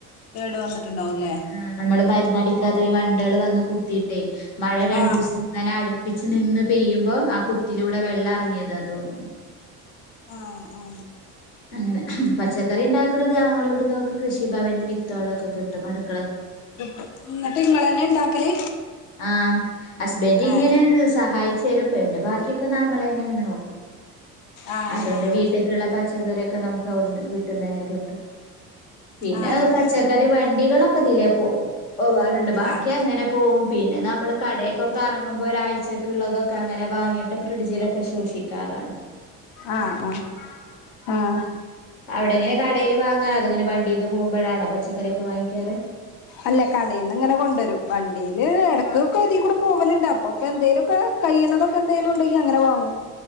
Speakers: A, on the left; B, on the left.
A: കേട് വന്നിട്ടുണ്ടാവൂല്ലേ
B: ആ നമ്മള് മരുന്നടി ഈ വണ്ട്ള് വന്ന് കുത്തി മഴ രണ്ടു
A: ആഹ്
B: ദിവസം അങ്ങനെ അടുപ്പിച്ച് നിന്ന് പെയ്യുമ്പോം ആ കുത്തിലൂ വിടെ വെള്ള ഇറങ്ങിയതാ തോന്നുന്നു.
A: ആ ആ
B: അങ്ങനെ പച്ചക്കറി ഉണ്ടാക്കണുന്നത് അവങ്ങള ഇവിടുന്ന് കൃഷി ഭവനിന്ന് വിത്തോളൊക്കെ കിട്ടും അടു
A: എന്നിട്ട് നിങ്ങ തന്നെ ഇണ്ടാക്കല്
B: ആ ഹസ്ബൻഡ ഇങ്ങനെ
A: ഏഹ്
B: സഹായി ചെരും ബാക്കിയൊക്കെ നമ്മളെങ്ങനെ നോക്കും
A: ആഹ്
B: അതുകൊണ്ട്
A: ആഹ്
B: വീട്ടിലക്കുള്ള പച്ചക്കറി ക്കെ നമുക്ക്വിടുന്ന് വീട്ടന്ന്ന്നെ കിട്ടും പിന്നെ
A: ആഹ്
B: പച്ചക്കറി വണ്ടികളൊക്കെ കതിയിലേ പോ പോവാറുണ്ട് ബാക്കി
A: ആഹ്
B: അങ്ങനെ പോവും പിന്നെ നമ്മൾ പിന്നെ പിന്നെ പിന്നെ പിന്നെകടയൊക്കൊക്കെറുമ്പോൾ ഒരാഴ്ചയക്ക ഉള്ളതൊക്കെ അങ്ങനെ വാങ്ങിട്ട് ഫ്രിഡ്ജില് ശൂഷിക്കാറാണ്
A: ആഹ് ആഹ് ആഹ്
B: അവിടെങ്ങനെ കടലവാങ്ങാറ അത് ഇങ്ങനെ വണ്ടീന്ന് പോകുമ്പോഴാണോ പച്ചക്കറിയൊക്കെ വാങ്ങിക്കാറ്
A: അല്ല കടയിൽ നിന്ന് ഇങ്ങനെ കൊണ്ടുവരും വണ്ടിയില് ഇടക്ക ഒക്കെ അതിൽ കൂടെ പോവലുണ്ട് അപ്പൊക്കെ എന്തേലും ഒക്കെ കൈ്യുന്നതൊക്കെ എന്തെലുംണ്ടെങ്കിൽ അങ്ങനെ വാങ്ങും